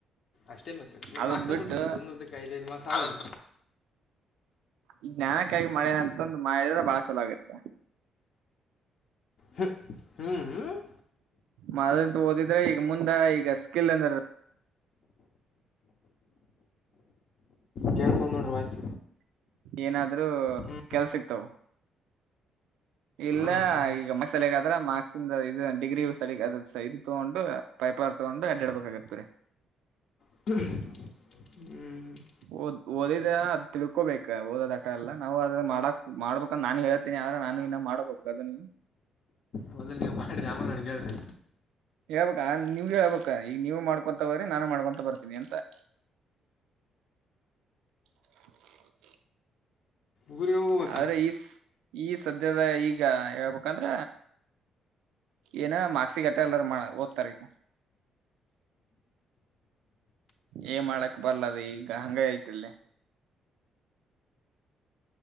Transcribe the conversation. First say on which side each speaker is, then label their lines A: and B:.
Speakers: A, on the left (about 60°); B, on the right (about 80°).
A: ಅಷ್ಟೇ ಮತ್
B: ಅದು
A: ಮಾರ್ಕ್ಸ್
B: ಬಿಟ್ಟು
A: ಆವಲ್ರಿ ಮತ್ತೆ ಒಂದೊಂದಕ್ಕ ಐದದು ಮಾರ್ಕ್ಸ್ ಆವಲ್ರಿ
B: ಈ ಜ್ಞಾನಕ್ಕಾಗಿ ಮಳೆಂತಂದು ಮಾಡಿದ್ರೆ ಬಾಳ ಚಲೋ ಆಗತ್ತೆ
A: ಹ್ಮ್ ಹ್ಮ್ ಹ್ಮ್
B: ಮಾದಂತ ಓದಿದ್ರೆ ಈಗ ಮುಂದ ಈಗ ಅಸ್ಕಿಲ್ ಅಂದ್ರ <unintelligible>
A: ಕೆಲಸೊ ವಲ್ಲದು ನೋಡ್ರಿ ವಾಯ್ಸ್
B: ಏನಾದ್ರರು
A: ಹ್ಞೂ
B: ಕೆಲ್ಸ ಸಿಕ್ತಾವ ಇಲ್ಲ
A: ಹಾಂ ಹ್ಞೂ
B: ಈಗ ಮ ಸಲಗ ಆದ್ರ ಮಕ್ಸಂದ ಇದು ಡಿಗ್ರಿ ಸ <unintelligible> ಸೈದು ತಗೊಂಡು ಪೈಪಾರ್ ತಗೊಂಡು ಅಡ್ಡಾಡ್ಬೇಕಾಗಿತ್ರ
A: ಹ್ಮ್
B: ಓದ್ ಓದಿದ ಅ ತಿಳ್ಕೋಬೇಕ ಓದೋದ ಅಟ ಎಲ್ಲ ನಾವು ಅದ್ರೆ ಮಾಡಕ್ ಮಾಡ್ಬೇಕಂದ ನಾನು ಹೇಳ್ತೇನಿ ನಾನು ಇನ್ನ ಮಾಡಬೇಕು ಅದ ನೀ
A: ಮೊದ್ಲ್ ನೀವು ಮಾಡ್ರಿ ಆಮಾಗ ನನ್ಗೆ ಹೇಳ್ರಿ
B: ಹೇಳ್ಬಕಾ ನಿಮ್ಗೆ ಹೇಳ್ಬೇಕ ಈಗ ನೀವು ಮಾಡ್ಕೊಂತ ಹೋಗ್ರಿ ನಾನು ಮಾಡ್ಕೊಂತ ಬರ್ತೀನಿ ಅಂತ <inaudible> <inaudible>
A: ಊರಿಗೆ ಹೋಗ್ಬೇಕ್ರಿ
B: ಆದ್ರೆ ಈ ಈ ಸದ್ಯದ ಈಗ ಹೇಳ್ಬೇಕಂದ್ರ ಏನ ಮಾಕ್ಸಿಗಟ್ಟೆ ಎಲ್ಲಾ ಓದ್ತಾರ ಈಗ ಏ ಮಾಡಕ್ ಬರ್ಲದ ಈಗ ಹಂಗ ಐತಿಲ್ಲಿ